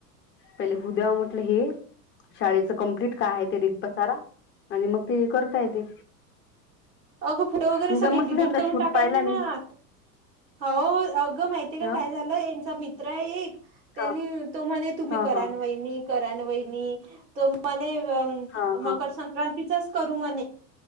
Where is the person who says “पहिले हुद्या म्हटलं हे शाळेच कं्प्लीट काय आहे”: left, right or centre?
Left